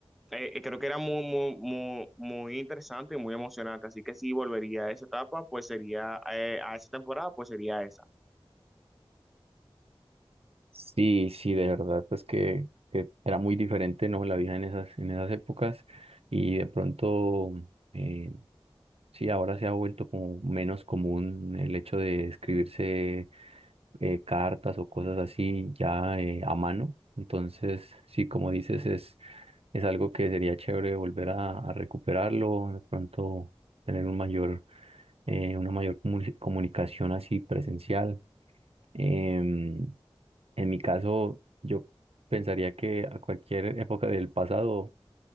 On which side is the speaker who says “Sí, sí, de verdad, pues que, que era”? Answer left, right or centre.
Right